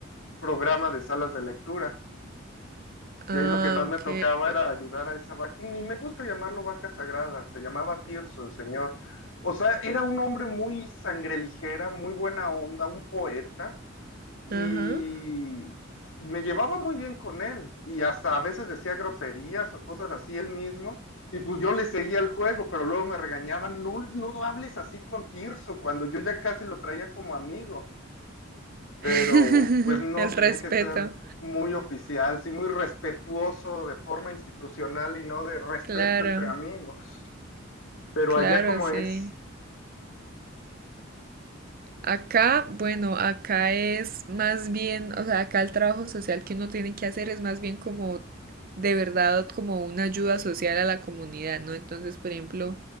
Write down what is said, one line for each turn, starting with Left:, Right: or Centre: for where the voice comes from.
Left: programa de salas de lectura. Y
Right: Ah,
Left: ahí lo que más me
Right: ok.
Left: tocaba era ayudar a esa vaca, ni me gusta llamarlo vaca sagrada, se llamaba Tirso el señor. O sea, era un hombre muy sangre ligera, muy buena onda, un poeta y
Right: Ajá.
Left: me llevaba muy bien con él y hasta a veces decía groserías o cosas así él mismo y pues yo le seguía el juego, pero luego me regañaban, no, no hables así con Tirso cuando yo ya casi lo traía como amigo, pero
Right: <laughs>
Left: pues no,
Right: El
Left: tenía
Right: respeto.
Left: que ser muy oficial, sí, muy respetuoso de forma institucional y no de respeto
Right: Claro,
Left: entre amigos, pero
Right: claro,
Left: allá como
Right: sí.
Left: es.
Right: Acá, bueno, acá es más bien, o sea, acá el trabajo social que uno tiene que hacer es más bien como de verdad como una ayuda social a la comunidad, ¿no? Entonces, por ejemplo,